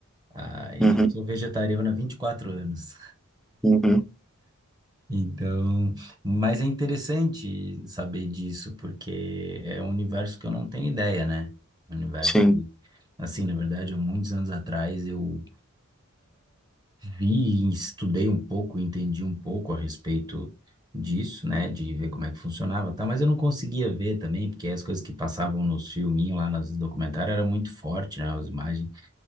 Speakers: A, on the right (about 20°); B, in the centre.
A: ah, e
B: Uhum,
A: sou vegetariano há 24 anos.
B: uhum,
A: Então, mas é interessante saber disso, porque é um universo que eu não tenho ideia, né? Um universo
B: sim.
A: que, assim, na verdade, há muitos anos atrás eu vi, e estudei um pouco, entendi um pouco a respeito disso, né? De ver como é que funcionava, tá? Mas eu não conseguia ver também, porque as coisas que passavam nos filminhos lá, nos documentários, era muito forte, né? As imagens